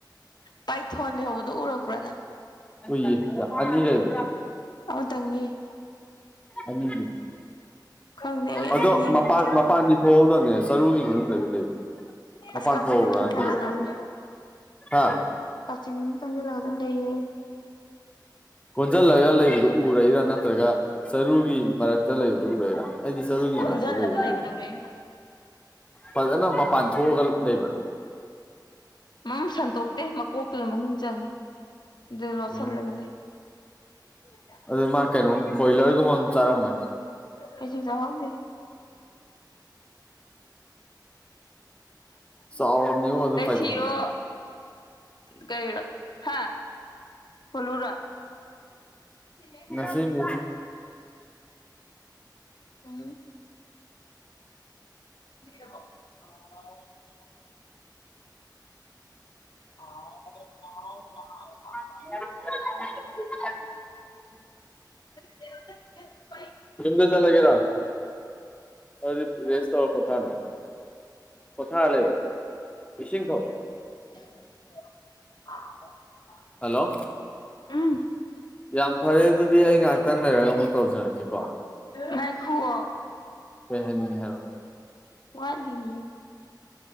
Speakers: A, on the left; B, on the left.
A: ꯄꯥꯏꯊꯣꯟ ꯂꯩꯍꯧꯕꯗꯣ ꯎꯔꯛꯄ꯭ꯔꯥ ꯅꯪ
B: ꯎꯏꯌꯦ ꯑꯅꯤ ꯂꯩꯕꯥꯅꯤ
A: ꯑꯃꯥꯇꯪꯅꯤꯍꯦ
B: ꯑꯅꯤꯅꯦ
A: ꯈꯪꯗꯦ ꯑꯩ ꯑꯅꯤꯗꯤ
B: ꯑꯗꯣ
A: ꯌꯦꯡꯉꯛꯇꯦ
B: ꯃꯄꯥꯟ ꯃꯄꯥꯟꯗꯤ ꯊꯣꯛꯍꯧꯗꯥꯕꯅꯦ ꯆꯔꯨꯒꯤ ꯃꯅꯨꯡꯗꯥꯗꯤ ꯂꯩꯕꯅꯦ ꯃꯄꯥꯟ
A: ꯑꯁ ꯀꯥꯆꯤꯟ
B: ꯊꯣꯛꯍꯧꯕꯔꯥ
A: ꯑꯃ
B: ꯉꯥꯁꯤꯗꯤ
A: ꯆꯪꯁꯤꯜꯂꯗꯝꯅꯤ
B: ꯍꯥ
A: ꯀꯥꯆꯤꯟ ꯑꯃꯥꯗꯥ ꯆꯪꯖꯟꯂꯥꯒ ꯑꯗꯨꯝ ꯂꯩꯌꯦ
B: ꯀꯣꯟꯖꯜꯂꯥꯒ ꯂꯩꯕꯗꯨ ꯎꯔꯛꯏꯔꯥ ꯅꯠꯇ꯭ꯔꯒ ꯆꯔꯨꯒꯤ ꯃꯔꯛꯇ ꯂꯩꯕꯗꯨ ꯎꯔꯛꯏꯔꯥ ꯑꯩꯗꯤ ꯆꯔꯨꯒꯤ
A: ꯀꯣꯟꯁꯤꯜꯂꯒ
B: ꯃꯔꯛꯇꯥ ꯂꯩꯕꯗꯨ
A: ꯂꯩꯕꯗꯧꯅꯦ
B: ꯎꯔꯛꯏ
A: ꯑꯩꯅ
B: ꯐꯖꯥꯅ ꯃꯄꯥꯟ ꯊꯣꯛꯑꯥꯒ ꯂꯩꯕ꯭ꯔꯥ
A: ꯎꯝ ꯁꯟꯇꯣꯛꯇꯦ ꯃꯀꯣꯛꯇꯨꯅꯥ ꯃꯅꯨꯡ ꯆꯪꯉꯤ ꯑꯗꯨ ꯂꯣꯠꯁꯤꯜꯂꯒ
B: ꯎꯝ
A: ꯂꯩ <inaudible>
B: ꯑꯗꯨ ꯃꯥ ꯀꯩꯅꯣ ꯕꯣꯏꯂꯔꯒꯨꯝꯕꯥ ꯑꯃꯥ ꯆꯥꯔꯝꯒꯅꯤ
A: ꯀꯩꯁꯨ ꯆꯥꯍꯧꯗꯦ
B: ꯆꯥꯎꯔꯕꯅꯤꯉꯣ ꯑꯗꯨ
A: ꯂꯩꯁꯤꯔꯣ
B: ꯄꯥꯏꯊꯣꯟꯗꯣ
A: ꯀꯩꯔꯣ ꯍꯥ ꯍꯣꯂꯨꯔꯥ <inaudible>
B: ꯉꯁꯤ ꯃꯤꯁ
A: <unintelligible> <unintelligible> <unintelligible> <unintelligible>
B: <unintelligible>
A: <unintelligible>
B: ꯌꯨꯝꯗꯥ ꯆꯠꯂꯥꯒꯦꯔꯣ ꯑꯗꯨꯗꯤ ꯔꯦꯁ ꯇꯧꯔ ꯄꯣꯊꯥꯔꯦ ꯄꯣꯊꯥꯔꯥ ꯂꯩꯌꯣ ꯏꯁꯤꯡ ꯊꯥꯛꯑꯣ
A: <inaudible>
B: ꯍꯜꯂꯣ
A: ꯎꯝ
B: ꯌꯥꯝ ꯐꯔꯦ ꯑꯗꯨꯗꯤ ꯑꯩ ꯉꯥꯏꯍꯥꯛꯇꯪ ꯂꯩꯔꯒ ꯑꯃꯨꯛ ꯇꯧꯖꯔꯛꯀꯦꯀꯣ
A: ꯉꯥꯏꯈꯨꯑꯣ
B: ꯀꯩ ꯍꯥꯏꯅꯤꯡꯉꯤ ꯍꯥꯢꯔꯛꯑꯣ
A: ꯋꯥꯠꯂꯤꯌꯦ